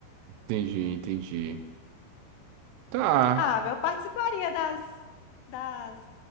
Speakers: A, on the right (about 85°); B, on the left (about 90°).
A: Entendi, entendi. Tá,
B: Ah, eu participaria das, das,